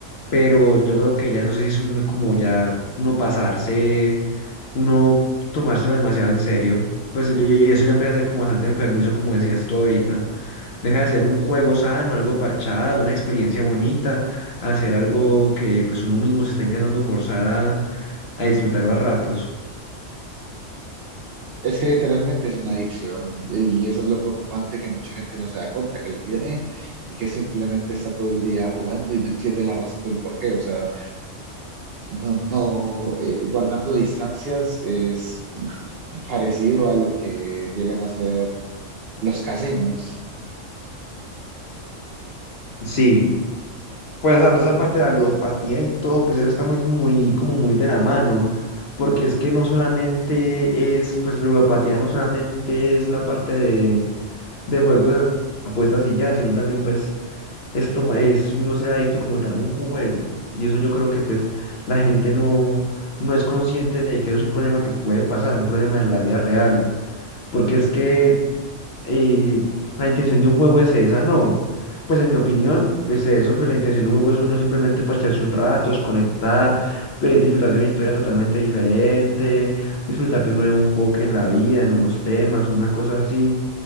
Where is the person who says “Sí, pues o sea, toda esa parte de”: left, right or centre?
Left